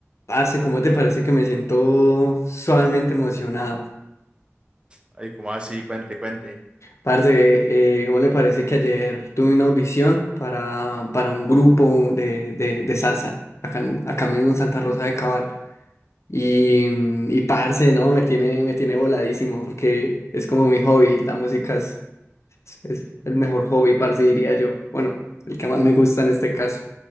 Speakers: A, on the left; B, on the right.
A: Parce, ¿cómo te parece que me siento suavemente emocionado?
B: Ay, como así? Cuente, cuente.
A: Parce, eh, ¿cómo le parece que ayer tuve una audición para, para un grupo de, de, de salsa acá, en- acá mismo en Santa Rosa de Cabal? Y, mm, y parce, ¿no? Me tiene, me tiene voladísimo porque es como mi hobby. La música es, es, es el mejor hobby, parce, diría yo. Bueno, el que más me gusta en este caso.